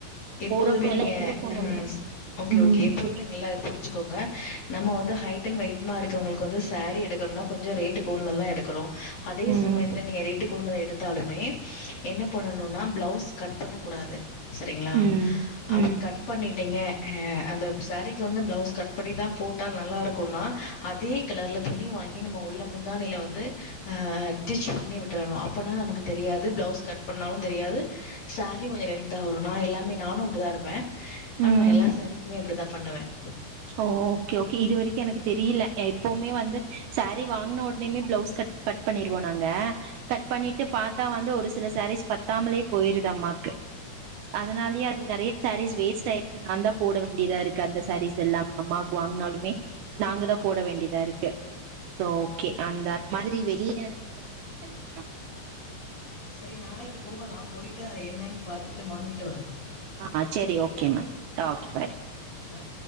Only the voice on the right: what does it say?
போறப்போ எல்லா
எங்க போனாலுமே
ம்
சரி
ம்
ம்
ம்
ம்
ஓ ஓகே ஓகே இது வரைக்கும் எனக்கு தெரியல எப்பவுமே வந்து சாரீ வாங்கின உடனேுமே பிளவுஸ் கட் கட் பண்ணிருவோம் நாங்க கட் பண்ணிட்டு பார்த்தா வந்து ஒரு சில சாரீஸ் பத்தாமலே போயிருது அம்மாக்கு அதனாலயே அது நெறைய சாரீஸ் வேஸ்ட் ஆயிருச்சு நான் தான் போட வேண்டியதா இருக்கு அந்த சாரீஸ் எல்லாமே அம்மாவுக்கு வாங்கினாலுமே நாங்க தான் போட வேண்டியதா இருக்கு சோ ஓகே அந்த மாரி வெளியே வாங்கிக்கலாம் இல்லைங்கிளா
ஆஹ் செரி ஓகே மேம் ஓகே பாய்